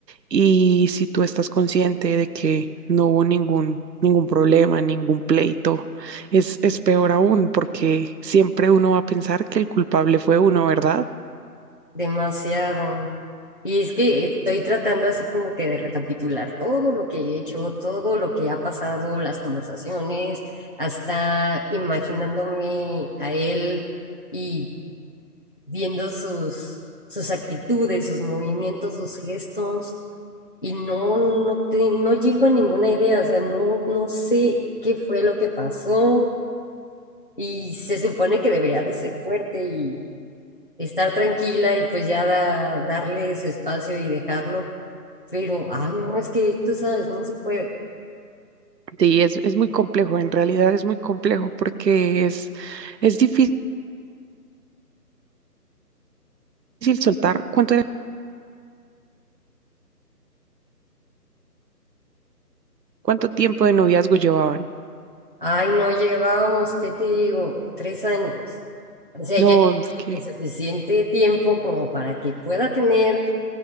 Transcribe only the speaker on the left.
demasiado. Y es que estoy tratando así como que de recapitular todo lo que he hecho, todo lo que ha pasado, las conversaciones, hasta imaginándome a él y viendo sus, sus actitudes, sus movimientos, sus gestos. Y no, no, te- no llego a ninguna idea, o sea, no, no sé qué fue lo que pasó. Y se supone que debería de ser fuerte estar tranquila y pues ya da- darle su espacio y dejarlo. Pero, ay, no, es que tú sabes, no se puede.
Ay, no, llevábamos, ¿qué te digo? Tres años. O sea,
ya
como
que suficiente tiempo como para que pueda tener